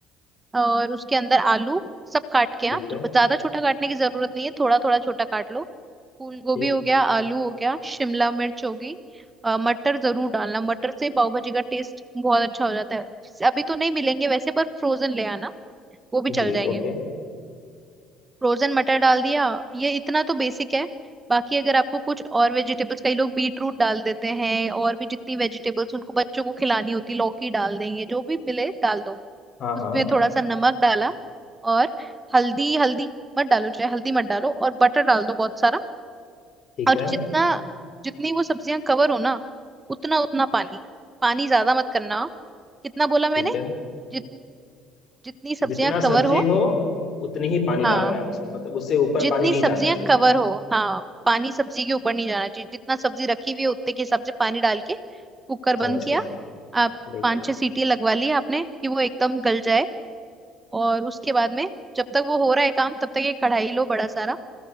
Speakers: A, on the right; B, on the left.
A: और उसके अंदर आलू सब काट के
B: ठीक
A: हाँ
B: है
A: तो ज्यादा छोटा काटने की जरूरत नहीं है थोड़ा थोड़ा छोटा काट लो फूल गोभी
B: ठीक
A: हो गया आलू हो गया शिमला मिर्च होगी अ, मटर जरूर डालना मटर से पाव भाजी का टेस्ट बहुत अच्छा हो जाता है अभी तो नहीं मिलेंगे वैसे पर फ्रोजन ले आना वो भी
B: जी
A: चल जाएंगे
B: ओके
A: फ्रोजन मटर डाल दिया ये इतना तो बेसिक है बाकी अगर आपको कुछ और वेजिटेबल्स कई लोग बीट रूट डाल देते हैं और भी जितनी वेजिटेबल्स उनको बच्चों को खिलानी होती लौकी डाल देंगे जो भी मिले डाल दो
B: हाँ
A: उसमें
B: हाँ
A: थोड़ा सा नमक डाला और हल्दी हल्दी मत डालो चाहे हल्दी मत डालो और बटर डाल दो बहुत सारा
B: ठीक
A: और
B: है
A: जितना जितनी वो सब्जियां कवर हो ना उतना उतना पानी पानी ज्यादा मत करना कितना बोला
B: ठीक
A: मैंने
B: है
A: जित जितनी सब्जियां
B: जितना
A: कवर
B: सब्जी
A: हो
B: हो उतनी ही पानी डालना
A: हाँ
B: है उसमें मतलब उससे ऊपर
A: जितनी
B: पानी नहीं
A: सब्जियां
B: जाना चाहिए
A: कवर हो हाँ पानी सब्जी के ऊपर नहीं जाना चाहिए जितना सब्जी रखी हुई है उतने के हिसाब से पानी डाल के कुकर बंद
B: समझ
A: किया
B: गया
A: आप
B: बिल्कुल
A: पांच छह सीटी लगवा ली आपने कि वो एकदम गल जाए और उसके बाद में जब तक वो हो रहा है काम तब तक एक कढ़ाई लो बड़ा सारा